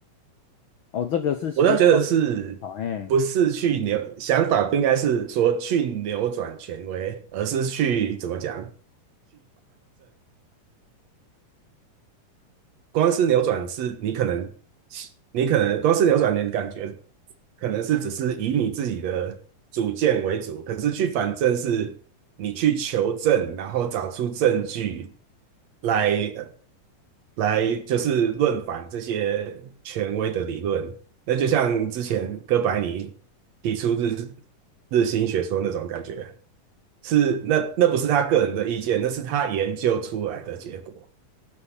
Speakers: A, on the left (about 85°); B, on the right (about 60°).
A: 哦，这个是需要
B: 我倒觉得是不是去扭想法不应该是说去扭转权威，
A: 好哎，
B: 而是去怎么讲光是扭转是你可能，你可能光是扭转，你的感觉可能是只是以你自己的主见为主，可是去反正是你去求证，然后找出证据来呃来就是论反这些权威的理论。那就像之前哥白尼提出日日心学说那种感觉，是那那不是他个人的意见，那是他研究出来的结果。